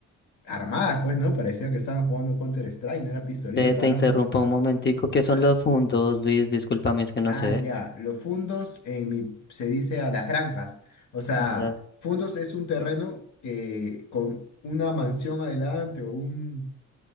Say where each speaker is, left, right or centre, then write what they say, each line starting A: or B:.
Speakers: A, on the left (about 70°); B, on the left (about 35°).
A: armadas, pues, ¿no? Parecía que estaban jugando Counter-Strike, no era pistolito,
B: Ve,
A: estaban...
B: te interrumpo un momentico. ¿Qué son los fundos, Luis? Discúlpame, es que no
A: Ah,
B: sé.
A: ya, los fundos en mi- se dice a las granjas. O sea,
B: Ah, ya.
A: fundos es un terreno que con una mansión adelante o un,